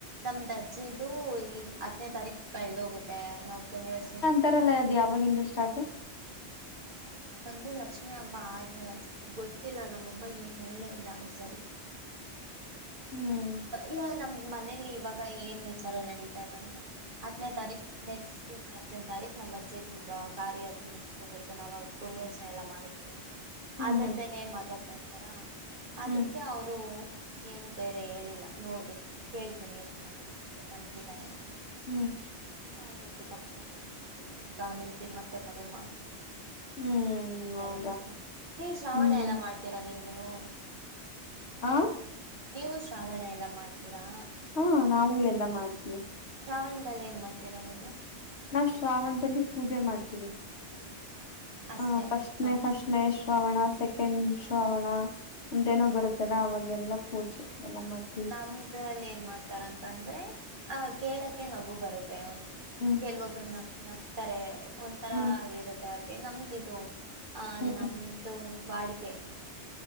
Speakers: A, on the right; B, on the left.
A: ನಮ್ದು ಅಜ್ಜಿದು ಈ ಹತ್ತನೇ ತಾರೀಕ್ ಕಳದಹೋಗತ್ತೆ ನಾವ್ ಪುಣ್ಯೋಜನೆ
B: ತಾರಲ್ಲ ಅದು ಯಾವಾಗಿಂದ ಸ್ಟಾರ್ಟ
A: ಯಾವತ್ ನಾ ಬಂದು ಲಕ್ಷ್ಮಿ ಹಬ್ಬಾ ಆದಮೇಲೆ ಅನ್ನಿಸುತ್ತೆ ಗೊತ್ತಿಲ್ಲಾ ನಮ್ಮಮ್ಮ ಏನು ಹೇಳೇಲ್ಲಾ ಒಂದು ಸರಿ
B: ಹುಂ
A: ಈಗ ನಮ್ ಮನೇೆಯಲ್ಲಿ ಇವಾಗ ಏನ್ ವಿಚಾರ ನಡೀತಾ ಇತ್ಂದ್ರೆ ಹತ್ತನೇ ತಾರೀಕ್ ನೆಕ್ಸ್ಟ್ ತಿಂಗಳ ಹತ್ತನೇ ತಾರೀಕು ನಮ್ಮ ಅಜ್ಜಿ ಕಾರ್ಯ ಮುಗಿಸಸ್ಕೋಬೇಕು ನಾವ ಪುಣ್ಯ ಯೋಜನೆ ಎಲ್ಲಾ ಮಾಡಿ
B: ಹ್ಮ್
A: ಅದ್ರದ್ದನೇ
B: ಹ್ಮ್
A: ಮಾತಾಡ್ತಾ ಇರ್ತಾರಾ ಅದಕ್ಕೆ
B: ಹ್ಮ್
A: ಅವರು ಏನು ಬೇರೆ ಹೇಳಿಲ್ಲಾ ನೋಡ್ಬೇಕು ಕೇಳ್ತೇನೆ ಇರಿ ಮನೇಲಿ ಹಿಂದೆ ಮಲಗಿದ್ದಾರೆ
B: ಹುಂ
A: ಹ ರೊಟ್ಟಿ ತಕ್ಷಣ ಕೇಳ್ಬಿಟ್ಟು ನಿಮಗ ಆಮೇಲೆನ ಮತ್ತೆ ಕರೆ ಮಾಡ್ತೀನಿ
B: ಹ್ಮ್
A: ಮರಿಯಲ್ಲಾ
B: ಹೌದಾ
A: ನೀವು ಶ್ರಾವಣ
B: ಹ್ಮ್
A: ಎಲ್ಲಾ ಮಾಡ್ತೀರಾ ನೀವುನು
B: ಹುಂ
A: ನೀವು ಶ್ರಾವಣ ಎಲ್ಲಾ ಮಾಡ್ತೀರಾ
B: ಹಾ ನಾವು ಎಲ್ಲಾ ಮಾಡ್ತೀವಿ
A: ಶ್ರಾವಣದಲ್ಲಿ ಏನು ಮಾಡ್ತೀರಾ ನೀವು.
B: ನಾವ ಶ್ರಾವಣದಲ್ಲಿ ಪೂಜೆ ಮಾಡ್ತೀವಿ.
A: ಹ್ಮ್ ಅಷ್ಟೇ
B: ಹ ಫಸ್ಟ್
A: ಹ
B: ನೆ ಫಸ್ಟ್ ನೆ ಶ್ರಾವಣಾ ಸೆಕೆಂಡ್
A: ಹ
B: ಶ್ರಾವಣಾ ಅಂತೇಏನೋ ಬರುತ್ತಲ್ಲಾ ಅವಾಗೆಲ್ಲಾ ಪೂಜೆ ಎಲ್ಲಾ ಮಾಡ್ತ
A: ನಮದರಲ್ಲಿ ಏನ್ ಮಾಡ್ತಾರಂತಂದ್ರೆ ಆಹ ಕೇಳಕ್ಕೆ ನಗು ಬರುತ್ತೆ ಒಂದು
B: ಹುಂ
A: ಕೆಲವೊಬ್ರು ನ ನಕ್ತಾರೆ ಒಂಥರಾ
B: ಹ್ಮ್
A: ಆಗಿರುತ್ತೆ ಮ ಅವ್ರಿಗೆ ನಮ್ದ ಇದು ಆ
B: ಹ್ಮ್
A: ನಮ್ದು ವಾಡಿಕೆ